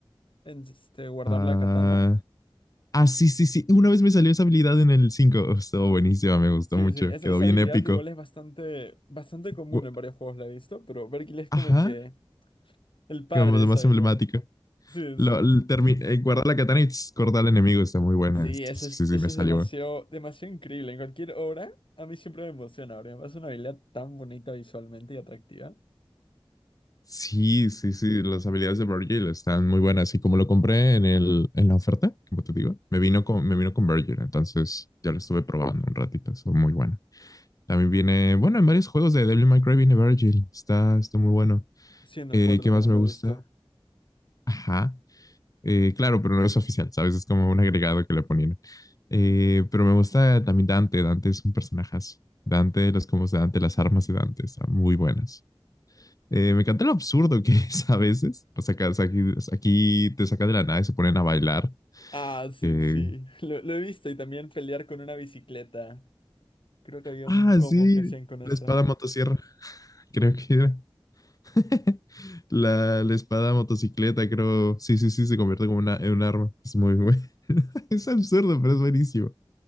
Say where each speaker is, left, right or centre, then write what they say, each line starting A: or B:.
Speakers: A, on the left; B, on the left.
A: en- este, guardar
B: Ah,
A: la katana.
B: ah, sí, sí, sí. Una vez me salió esa habilidad en el cinco Oh, Estuvo buenísima, me gustó
A: Sí,
B: mucho.
A: sí, esa,
B: Quedó
A: esa
B: bien
A: habilidad
B: épico.
A: igual es bastante, bastante común
B: Gu-
A: en varios juegos, la he visto, pero Vergil es como
B: Ajá,
A: el que, el padre
B: como lo
A: de esa
B: más
A: habilidad.
B: emblemático.
A: Sí,
B: Lo,
A: sí.
B: l- termi- eh, guardar la katana y tss, cortar al enemigo está muy buena.
A: Sí,
B: Sí,
A: ese
B: sí,
A: es,
B: sí, sí,
A: ese
B: me salió.
A: es demasiado, demasiado increíble. En cualquier obra, a mí siempre me emociona, porque me parece una habilidad tan bonita visualmente y atractiva.
B: Sí, sí, sí. Las habilidades de Virgil están muy buenas. Y como lo compré en el, en la oferta, como te digo, me vino con, me vino con Virgil. Entonces ya lo estuve probando un ratito. Son muy buenas. También viene, bueno, en varios juegos de Devil May Cry viene Virgil. Está, está muy bueno.
A: Sí, en el
B: Eh,
A: 4
B: ¿qué
A: también
B: más me
A: lo
B: gusta?
A: he visto.
B: Ajá. Eh, claro, pero no es oficial, ¿sabes? Es como un agregado que le ponían. Eh, pero me gusta también Dante. Dante es un personajazo. Dante, los combos de Dante, las armas de Dante están muy buenas. Eh, me encanta lo absurdo que es a veces. O sea, acá- aquí, aquí te sacan de la nada y se ponen a bailar.
A: Ah, sí,
B: Eh,
A: sí. Lo, lo he visto y también pelear con una bicicleta. Creo que había
B: ah,
A: un combos
B: sí,
A: que hacían con eso.
B: la espada motosierra, creo que era. <laughs> La, la espada motocicleta, creo. Sí, sí, sí, se convierte como una, en un arma. Es muy bueno. <laughs> Es absurdo, pero es buenísimo.